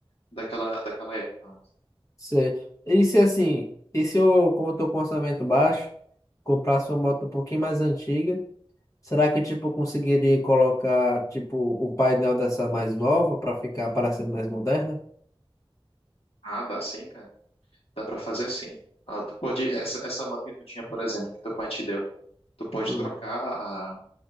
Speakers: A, on the left; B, on the left.
A: daquela, daquela época. né?
B: sei. E se assim, e se eu, como eu tô com orçamento baixo, comprasse uma moto um pouquinho mais antiga? Será que, tipo, eu conseguiria colocar, tipo, o painel dessa mais nova para ficar parecendo mais moderna?
A: Ah, dá sim, cara. Dá para fazer sim. Ah, tu pode, essa, essa moto que tu tinha, por exemplo, que teu pai te deu, tu pode
B: Hum.
A: trocar a,